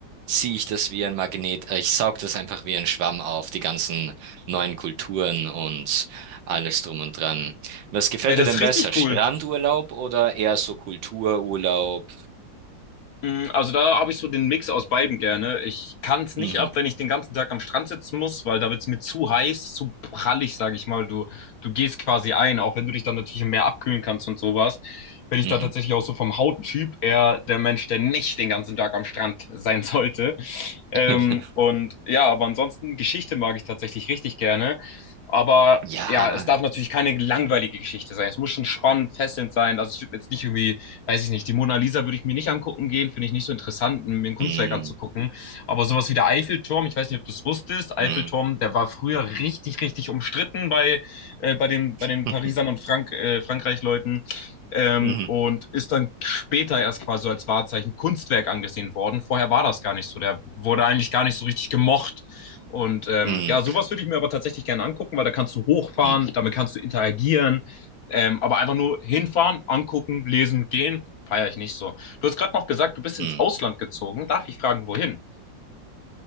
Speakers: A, on the right; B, on the left.
A: ziehe ich das wie ein Magnet, äh, ich saug das einfach wie ein Schwamm auf, die ganzen neuen Kulturen und alles drum und dran. Was gefällt
B: Hey, das
A: dir denn
B: ist
A: besser,
B: richtig
A: Strandurlaub
B: cool.
A: oder eher so Kultururlaub?
B: Mm, Also da habe ich so den Mix aus beidem gerne. Ich kann es nicht
A: Mhm,
B: ab, wenn ich den ganzen Tag am Strand sitzen muss, weil da wird es mir zu heiß, zu prallig, sage ich mal. Du, du gehst quasi ein, auch wenn du dich dann natürlich im Meer abkühlen kannst und sowas. Bin ich
A: mhm.
B: da tatsächlich auch so vom Hauttyp eher der Mensch, der nicht den ganzen Tag am Strand <laughs> sein sollte. Ähm,
A: <laughs>
B: und ja, aber ansonsten Geschichte mag ich tatsächlich richtig gerne. Aber
A: Ja.
B: ja, es darf natürlich keine langweilige Geschichte sein. Es muss schon spannend, fesselnd sein. Also ich würde jetzt nicht irgendwie weiß ich nicht, die Mona Lisa würde ich mir nicht angucken gehen, finde ich nicht so interessant, mir ein Kunstwerk
A: Mhm,
B: anzugucken. Aber sowas wie der Eiffelturm, ich weiß nicht, ob du es wusstest, Eiffelturm,
A: mhm,
B: der war früher richtig, richtig umstritten bei, äh, bei, den, bei
A: <laughs>
B: den Parisern und Frank, äh, Frankreich-Leuten. Ähm,
A: mhm,
B: und ist dann später erst quasi so als Wahrzeichen Kunstwerk angesehen worden. Vorher war das gar nicht so. Der wurde eigentlich gar nicht so richtig gemocht. Und ähm,
A: mhm,
B: ja, sowas würde ich mir aber tatsächlich gerne angucken, weil da kannst du hochfahren,
A: mhm,
B: damit kannst du interagieren, ähm, aber einfach nur hinfahren, angucken, lesen, gehen, feiere ich nicht so. Du hast gerade noch gesagt, du bist ins
A: mhm.
B: Ausland gezogen. Darf ich fragen, wohin?